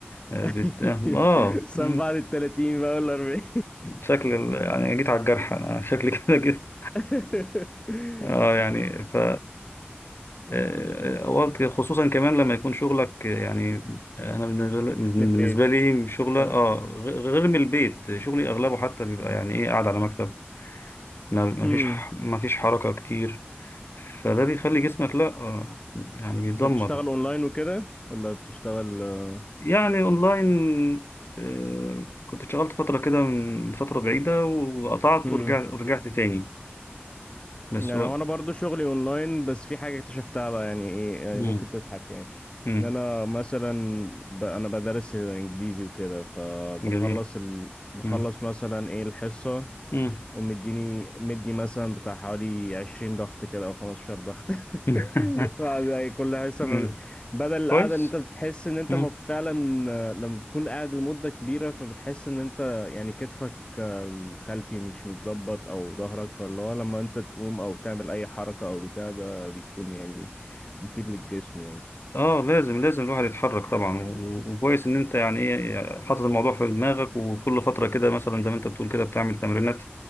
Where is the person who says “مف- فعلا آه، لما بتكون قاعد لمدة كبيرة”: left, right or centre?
Left